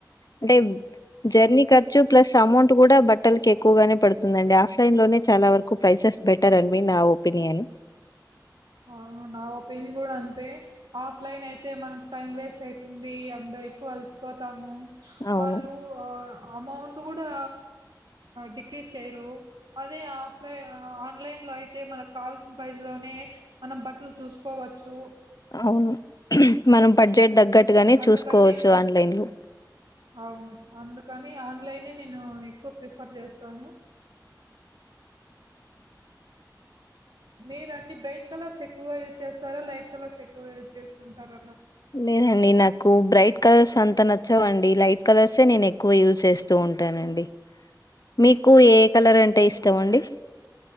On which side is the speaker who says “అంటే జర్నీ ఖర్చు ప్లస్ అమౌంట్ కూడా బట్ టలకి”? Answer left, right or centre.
Left